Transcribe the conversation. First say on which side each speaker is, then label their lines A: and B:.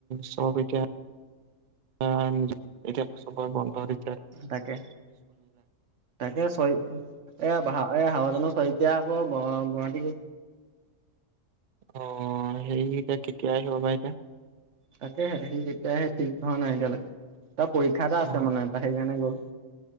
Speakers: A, on the right (about 55°); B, on the right (about 70°).
A: চব এতিয়া উম এতিয়া চবৰে বন্ধ দি
B: তাকে তাকে চয় এ এ হাৱ জন চৈতিয়া আকৌ গ গুৱাহাটী গৈছ
A: অ ', সেই এতিয়া কেতিয়া আহিব বা এতিয়া?
B: তাকেহে সি কেতিয়া আহে, ঠিক হোৱা নাই এতিয়ালৈকে। তাৰ পৰীক্ষা এটা
A: অ
B: আছে মানে এটা সেইকাৰণে গ'ল।